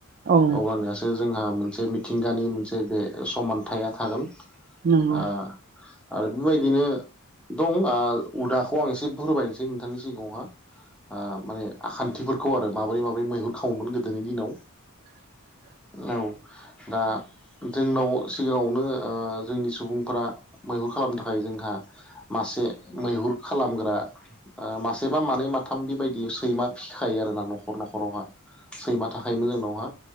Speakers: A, on the right; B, in the centre.
A: औ
B: अब्लानोसो जोंहा मोनसे मिथिंगानि मोनसे बे समानथाया थागोन ओ।
A: नंगौ
B: आरो बेबायदिनो दं ओ उदाखौ आं एसे बुरमायनोसै नोंथांनिसि सिगाङावहा ओ माने आखान्थिफोरखौ आरो माबोरै माबोरै मैहुर खावोमोन गोदोनि दिनाव
A: <inaudible>
B: औ दा जोंनाव सिगाङावनो ओ जोंनि सुबुंफोरा मैहुर खालामनो थाखाय जोंहा मासे मैहुर खालामग्रा ओ‌ मासेबा मानै माथामनि बायदि सैमा फिखायो आरोना न'खर न'खरावहा। सैमा थाखायोमोन जोंनावहा